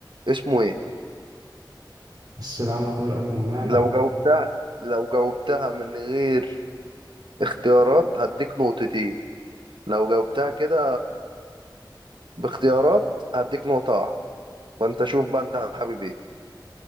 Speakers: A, on the right (about 85°); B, on the right (about 55°).
A: اسمه ايه
B: بس اللي عمل دور ايرون مان
A: لو جاوبتها لو جاوبتها من غير اختيارات هديك نقطتين لو جاوبتها كده باختيارات هديك نقطة واحدة فانت شوف بقى انت حابب ايه